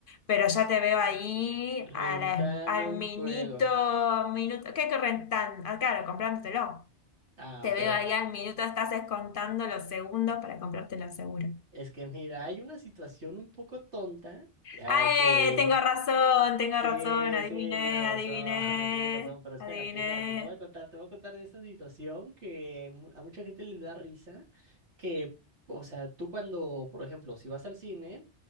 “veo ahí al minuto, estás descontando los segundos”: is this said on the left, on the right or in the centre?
Left